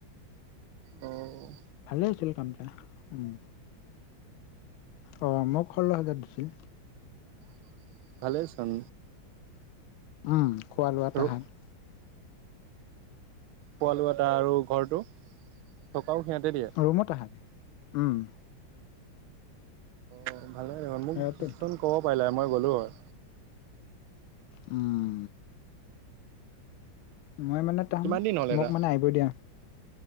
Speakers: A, on the right; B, on the left.
A: অও'।
B: ভালে হৈছিল কামটা, উম' অ মোক ষোল্ল হাজাৰ দিছিল।
A: <unintelligible> ভালেই চোন।
B: উম খোৱা লোৱা
A: আৰু
B: তাহাত
A: খোৱা লোৱা তাৰ আৰু ঘৰটো, থকাও সিহঁতে দিয়ে।
B: ৰোমত আহা, উম।
A: অ', ভালেই দেখোন। মোক
B: সিহঁতেই
A: চোন ক'ব পাৰিলা হয় মই গ'লোঁ হয়।
B: উম। মই মানে তাম
A: কিমান দিন হ'ল
B: মোক
A: এটা
B: মানে আই ব দিয়া